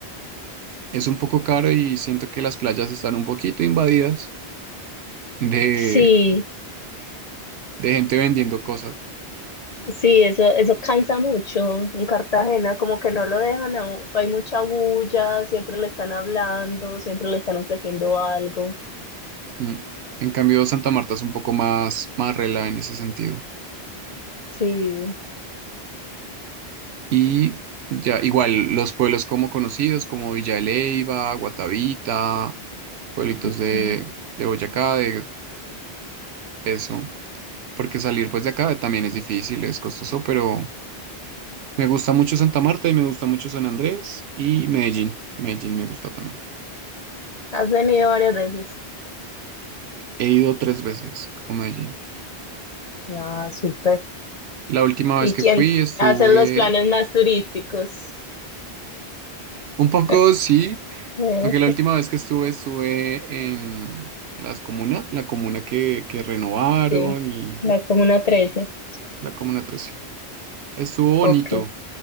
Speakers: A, on the right (about 75°); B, on the left (about 50°).
A: Es un poco caro y siento que las playas están un poquito invadidas de,
B: Sí.
A: de gente vendiendo cosas.
B: Sí, eso, eso cansa mucho en Cartagena, como que no lo dejan a u- Hay mucha bulla, siempre le están hablando, siempre le están ofreciendo algo.
A: Mm. En cambio, Santa Marta es un poco más, más rela en ese sentido.
B: Sí.
A: Y ya, igual, los pueblos como conocidos, como Villa de Leyva, Guatavita, pueblitos
B: Mm.
A: de, de Boyacá, de eso. Porque salir pues de acá también es difícil, es costoso, pero me gusta mucho Santa Marta y me gusta mucho San Andrés y Medellín. Medellín me gusta también.
B: Has venido varias veces.
A: He ido tres veces a Medellín.
B: Ah, súper.
A: La última vez
B: ¿Y
A: que
B: quién
A: fui estuve
B: hace los planes más turísticos?
A: un poco,
B: <laughs>
A: sí,
B: Eh,
A: aunque la última vez que estuve estuve en las comunas, la comuna que, que renovaron
B: sí,
A: y
B: la Comuna 13.
A: la comuna 13. Estuvo bonito.
B: Ok,